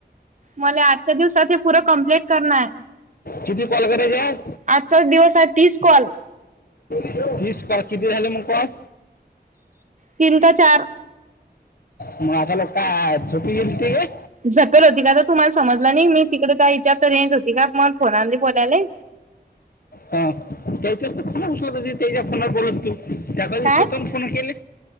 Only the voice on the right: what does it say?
मला आजच्या दिवसात ते पुरं कम्प्लीट करणार.
आजचाच दिवस आहे तीस कॉल.
तीन का चार.
झपेल होती का तर तुम्हाला समजला नाही मी तिकडे त्या विचार तर यच होती का म फोनामध्ये बोलायलय.
काय